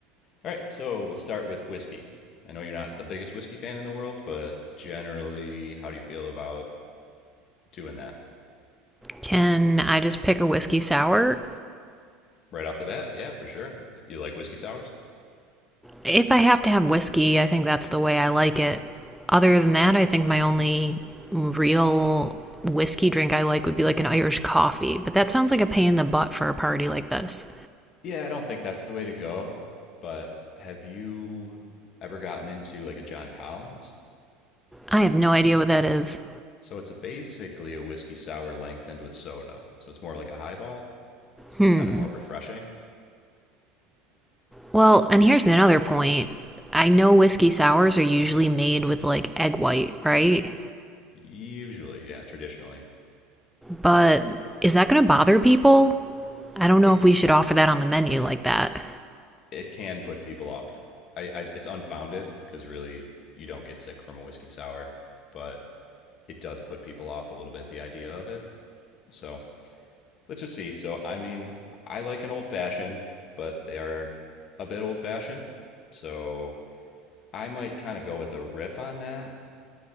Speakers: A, on the left (about 50°); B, in the centre.
A: All right, so we'll start with whiskey. I know you're not the biggest whiskey fan in the world, but generally, how do you feel about doing that?
B: Can I just pick a whiskey sour?
A: right off the bat. Yeah, for sure. You like whiskey sours?
B: If I have to have whiskey, I think that's the way I like it. Other than that, I think my only real whiskey drink I like would be like an Irish coffee, but that sounds like a pain in the butt for a party like this.
A: Yeah, I don't think that's the way to go. But have you ever gotten into like a John Collins?
B: I have no idea what that is.
A: So it's a basically a whiskey sour lengthened with soda. So it's more like a highball. It's
B: Hmm.
A: kind of more refreshing.
B: Well, and here's another point. I know whiskey sours are usually made with like egg white, right?
A: Usually, yeah, traditionally,
B: But is that going to bother people? I don't know
A: it
B: if we should offer that on the menu like that.
A: it can put people off. I, I it's unfounded because really you don't get sick from a whiskey sour, but it does put people off a little bit the idea of it. So let's just see. So, I mean, I like an old fashioned, but they are a bit old fashioned. So, I might kind of go with a riff on that